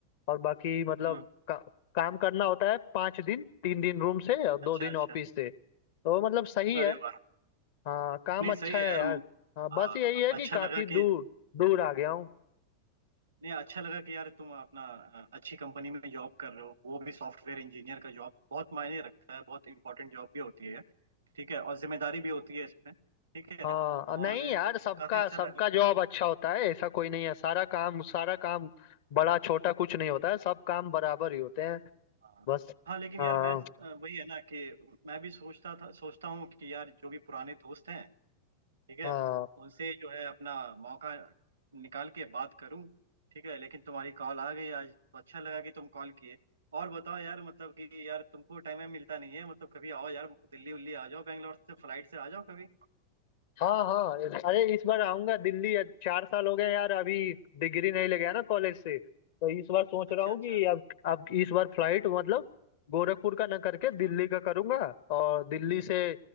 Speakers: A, on the left; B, on the right.
A: और बाकी मतलब
B: हम्म
A: का, काम करना होता है पाँच दिन तीन दिन रूम से और दो
B: अच्छा
A: दिन
B: अच्छा
A: ऑफिस से तो मतलब सही है
B: अरे वाह
A: हाँ काम
B: नहीं
A: अच्छा
B: सही है
A: है
B: यार
A: यार हाँ बस
B: हाँ
A: यही है कि
B: अच्छा
A: काफी
B: लगा
A: दूर
B: कि
A: दूर आ गया हूँ
B: नहीं अच्छा लगा कि यार तुम अपना अ, अच्छी कंपनी में जॉब कर रहे हो वो भी सॉफ्टवेयर इंजीनियर का जॉब बहुत मायने रखता है बहुत इंपॉर्टेंट जॉब भी होती है ठीक है और जिम्मेदारी भी होती है इसमें ठीक है
A: हाँ अ,
B: और
A: नहीं
B: अ,
A: यार सबका
B: काफी अच्छा
A: सबका
B: लगा
A: जॉब अच्छा होता है ऐसा कोई नहीं है सारा काम सारा काम बड़ा छोटा कुछ नहीं होता है सब काम बराबर ही होते हैं
B: हाँ
A: बस
B: हाँ, लेकिन
A: हाँ
B: यार मैं अ, वही है ना कि मैं भी सोचता था सोचता हूँ कि यार जो भी पुराने दोस्त हैं ठीक है
A: हाँ
B: उनसे जो है अपना मौका निकाल के बात करूं ठीक है लेकिन तुम्हारी कॉल आ गई आज तो अच्छा लगा कि तुम कॉल किए और बताओ यार मतलब कि यार तुमको टाइम में मिलता नहीं है मतलब कभी आओ यार दिल्ली उल्ली आ जाओ बैंगलोर से फ्लाइट से आ जाओ कभी
A: हाँ हाँ अरे इस बार आऊंगा दिल्ली आज चार साल हो गए यार अभी डिग्री नहीं ले गया ना कॉलेज से तो इस बार सोच
B: अच्छा
A: रहा हूँ
B: अच्छा
A: कि अब अब इस बार फ्लाइट मतलब गोरखपुर का ना करके
B: हम्म
A: दिल्ली
B: हम्म।
A: का करूंगा और दिल्ली से